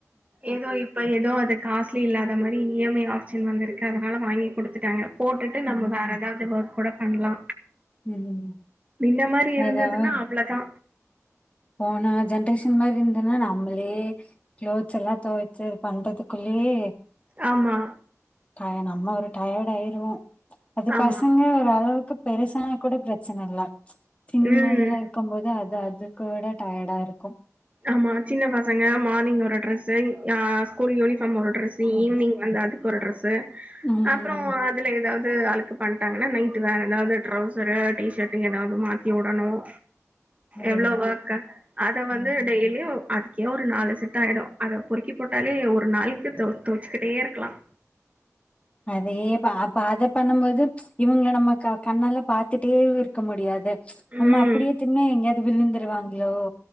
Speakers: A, on the right (about 25°); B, on the left (about 25°).
A: ஏதோ இப்ப ஏதோ அது காசு சே இல்லாத மாரி இ எம் ஐ ஆப்ஷன் வந்து இருக்கு அதனால வாங்கி குடுத்துட்டாங்க போட்டுட்டு நம்ம
B: ம்.
A: வேற ஏதாவது இல்ல ஒர்க் கூட பண்ணலா
B: ம்.
A: இந்த மாரி இருந்துன்னா
B: அதாவது
A: அவ்ளோ தா
B: போன ஜென்ரேஷன் மாரி இருந்ததுன்னா நம்மளே க்ளோத்ஸ் எல்லா துவைச்சி பண்றதுக்குள்ளயே
A: ஆமா
B: அத நம்ம ஒரு டயர்ட் ஆயிருவோ அது
A: ஆமா
B: பசங்க ஒருளவுக்கு பெருசானா கூட பிரச்சனை இல்ல சின்னதல்லா
A: ம்
B: இருக்கும் போது அது அது கூட டயர்டா இருக்கும்
A: ஆமா சின்ன பசங்க மார்னிங் ஒரு டிரெஸ் ஆ ஸ்கூல் யூனிபார்ம் ஒரு ட்ரெஸ்
B: ம்.
A: ஈவினிங் வந்து அதுக்கு ஒரு டிரெஸ்
B: ம்.
A: அப்பறோ அ அதுல ஏதாவது அழுக்கு பண்ட்டாங்கன்னா நைட்டு வேற ஏதாவது ட்ரௌசர் டிஷட்டு ஏதாவது மாத்தி உடணும்
B: அதேதான்.
A: எவ்ளோ ஒர்க்க அத வந்
B: ம்.
A: அதுலயே ஒ அத்தே ஒரு நாலு செட்டாயிடும் அத பொறுக்கி போட்டாலே ஒரு நாளைக்கு தோச்சுக்கிட்டே இருக்கலாம்
B: அதேயே அப்ப அத பண்ணும் போது இவங்கள நம்ம கண்ணால பாரத்துட்டே இருக்க முடியாது
A: ம்.
B: ஆம்மா அப்டியேதுமே எங்கயாவது விழுந்துருவாங்களலோ